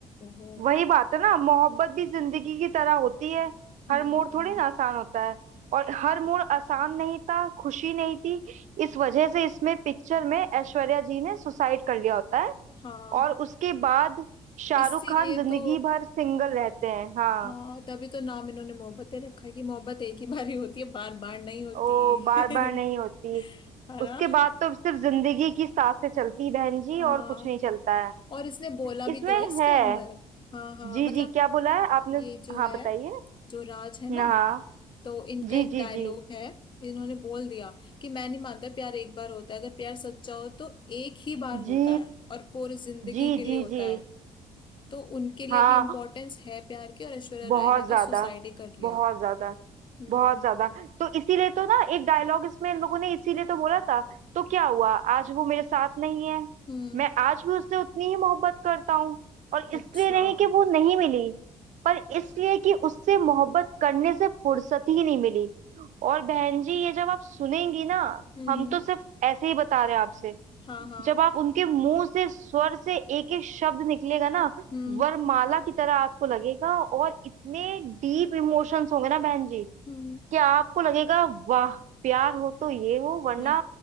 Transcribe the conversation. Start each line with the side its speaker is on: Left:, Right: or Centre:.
Left: ओहो
Right: वही बात है ना मोहब्बत भी जिंदगी की तरह होती है
Left: हम्म
Right: हर मोड़ थोड़ी ना आसान होता है और हर मोड़ आसान नहीं था खुशी नहीं थी इस वजह से इसमें पिक्चर में ऐश्वर्या जी ने सुसाइड कर लिया होता है
Left: हाँ
Right: और उसके बाद शाहरुख
Left: इसीलिए
Right: खान जिंदगी
Left: तो
Right: भर सिंगल रहते हैं हाँ
Left: हाँ तभी तो नाम इन्होंने मोहब्बतें रखा है कि मोहब्बत एक ही बारी होती है बार बार नहीं होती
Right: ओ बार बार नहीं होती
Left: <laughs> है
Right: उसके
Left: ना
Right: बाद तो सिर्फ जिंदगी की सांसें चलती हैं बहन जी
Left: हाँ
Right: और कुछ नहीं चलता है
Left: और इसने बोला भी
Right: इसमें
Left: तो है इसके
Right: है
Left: अंदर हाँ हाँ
Right: जी
Left: मतलब
Right: जी क्या बोला है आपने
Left: ये जो
Right: हाँ
Left: है
Right: बताइए
Left: जो राज है ना
Right: हाँ
Left: तो इनका
Right: जी
Left: एक
Right: जी
Left: डायलॉग
Right: जी
Left: है इन्होंने बोल दिया कि मैं नहीं मानता प्यार एक बार होता है अगर प्यार सच्चा हो तो एक ही बार होता
Right: जी
Left: है और पूरी जिंदगी
Right: जी
Left: के लिए
Right: जी
Left: होता
Right: जी
Left: है तो उनके लिए
Right: हाँ
Left: भी इम्पोर्टेंस है प्यार की और ऐश्वर्या
Right: बहुत
Left: राय ने तो
Right: ज्यादा
Left: सुसाइड ही कर लिया
Right: बहुत ज्यादा
Left: हम्म
Right: बहुत ज्यादा तो इसीलिए तो ना एक डायलॉग इसमें इन लोगों ने इसीलिए तो बोला था तो क्या हुआ आज वो मेरे साथ नहीं है
Left: हम्म
Right: मैं आज भी उससे उतनी ही मोहब्बत करता हूँ और इसलिए
Left: अच्छा
Right: नहीं
Left: हम्म
Right: कि वो नहीं मिली पर इसलिए कि उससे मोहब्बत करने से फुर्सत ही नहीं मिली और बहन जी ये जब आप सुनेंगी ना
Left: हम्म
Right: हम तो सिर्फ ऐसे ही बता रहे हैं आपसे
Left: हाँ हाँ
Right: जब आप उनके मुंह से स्वर से एक एक शब्द निकलेगा ना
Left: हम्म
Right: वरमाला की तरह आपको लगेगा और इतने डीप इमोशंस होंगे ना बहन जी
Left: हम्म
Right: क्या आपको लगेगा वाह प्यार हो तो ये हो वरना
Left: हाँ,